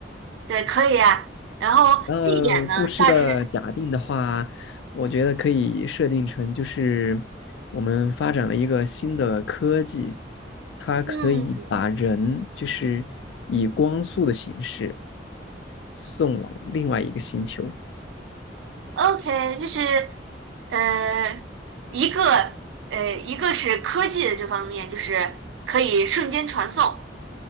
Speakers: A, on the right; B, on the left.
A: 对，可以啊。然后地点呢，
B: 呃，故事的假定的话，
A: 大致，
B: 我觉得可以设定成就是我们发展了一个新的科技，它可以把人就是以光速的形式
A: 嗯
B: 送往另外一个星球。
A: ，OK，就是呃，一个呃，一个是科技的这方面，就是可以瞬间传送，